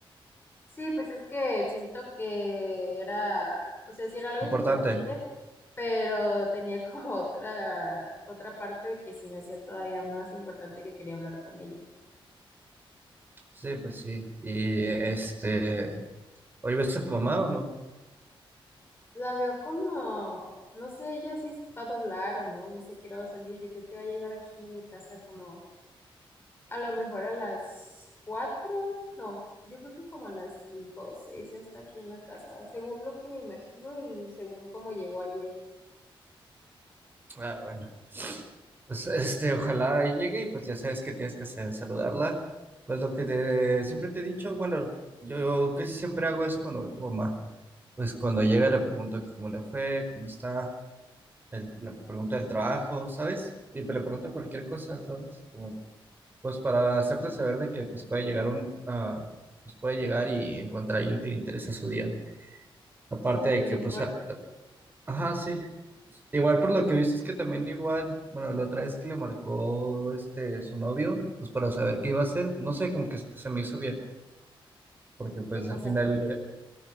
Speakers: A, on the left; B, on the right.
A: Sí, pues es que siento que era, o sea, sí era algo
B: Importante.
A: importante, pero tenía como otra, otra parte que se me hacía todavía más importante que quería hablar con ella.
B: Sí, pues sí. Y este, ¿hoy ves a tu mamá o no?
A: La veo como, no sé ella si va a doblar o no, no sé qué hora va a salir, yo creo que va a llegar aquí a mi casa como a lo mejor a las cuatro, no, yo creo que como a las cinco o seis ya está aquí en la casa, según lo que me imagino y según cómo llegó ayer.
B: Ah, bueno. Pues este, ojalá llegue y pues ya sabes que tienes que hacer, saludarla. Pues lo que te- siempre te he dicho, bueno, yo casi siempre hago eso cuando veo a tu mamá. Pues cuando llega le pregunto que cómo le fue, cómo está, el- le pregunto del trabajo, ¿sabes? Y le pregunto cualquier cosa, ¿sabes? Como Pues para hacerte saber de que pues puede llegar un ah, pues puede llegar y encontrar a alguien que le interesa su día. Aparte
A: Sí, o
B: de
A: que
B: que
A: le importe,
B: pues a- ajá, sí. Igual por lo que he visto es que también igual, bueno, la otra vez que le marcó este su novio, pues para saber qué iba a hacer, no sé, como que se me hizo bien, porque pues
A: qué cosa.
B: al final